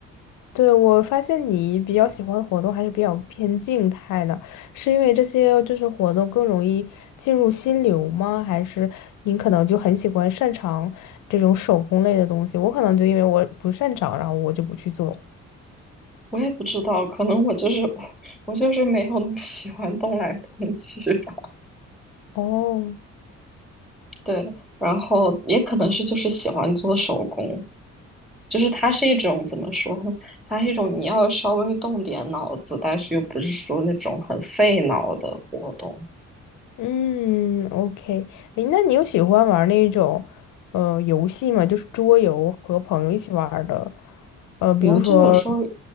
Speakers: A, on the left; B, in the centre.
A: 对，我发现你比较喜欢的活动还是比较偏静态的，是因为这些就是活动更容易进入心流吗？还是你可能就很喜欢擅长这种手工类的东西？我可能就因为我不擅长，然后我就不去做。
B: 我也不知道，可能我就是我，我就是没有那么喜欢动来动去吧。
A: 哦，
B: 对，然后也可能是就是喜欢做手工，就是它是一种怎么说呢？它是一种你要稍微动点脑子，但是又不是说那种很费脑的活动。
A: 嗯，OK，哎，那你有喜欢玩那种呃游戏吗？就是桌游和朋友一起玩儿的，呃，比如说，
B: 我就有时候